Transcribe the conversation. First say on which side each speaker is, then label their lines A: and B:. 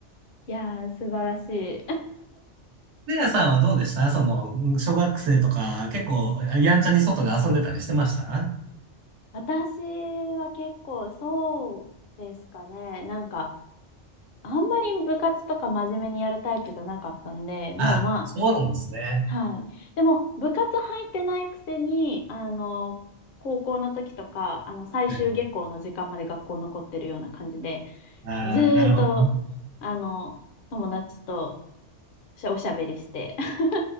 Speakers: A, on the left (about 55°); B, on the right (about 70°).
A: やー、素晴らしい。
B: レアさんはどうでしたその、小学生とか、結構、やんちゃに外で遊んでたりしてました
A: 私は結構そうですかね。なんか、あんまり部活とか真面目にやるタイプじゃなかったんで、もうまあ、
B: あ、そうなんですね。
A: はい。でも、部活入ってないくせに、あの、高校の時とか、あの、最終下校の時間まで学校残ってるような感じで、
B: はい。ああ、
A: ずーっと、
B: なるほどね。
A: あの、友達としおしゃべりして。<laughs>